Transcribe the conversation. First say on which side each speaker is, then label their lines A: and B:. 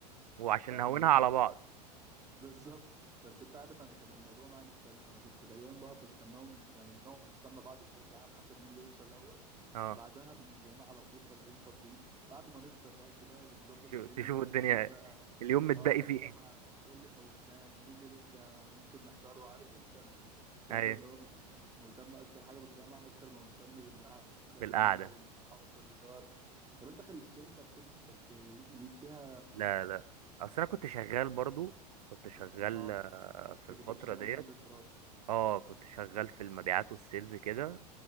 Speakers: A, on the right; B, on the right.
A: وعشان
B: فاهمك
A: نهونها
B: فاهم
A: على بعض
B: <laughs> بالظبط بس انت عارف انا كان الموضوع معايا مختلف انا كنت تقريبا بقف استناهم يعني بنقف نستنى بعض بشكل عام حسب مين اللي يوصل الاول
A: اه
B: بعدها بنقوم جايين على طول طالعين فاطرين بعد ما نفطر بقى كده ونظبط
A: شو-
B: الدنيا
A: تشوفوا
B: نبدأ
A: الدنيا
B: نشوف بقى
A: اليوم متبقي
B: اه في
A: فيه
B: جامعة
A: ايه
B: ايه اللي فوتناه مين اللي لسه ممكن نحضره عارف انت ال- الشباب
A: ايوه
B: اللي هو مش مش مهتم اكتر حاجة بالجامعة اكتر ما مهتم بالقعدة الحلوة
A: بالقعدة
B: والصحاب والهزار طب انت خلصتيون انت اكتيفيتي كانت ليك فيها
A: لا لا اصل انا كنت شغال برضو كنت شغال
B: اه
A: آه، في الفترة
B: انت كنت بتشتغل
A: ديت
B: جنب الدراسة
A: اه كنت شغال في المبيعات والسيلز كده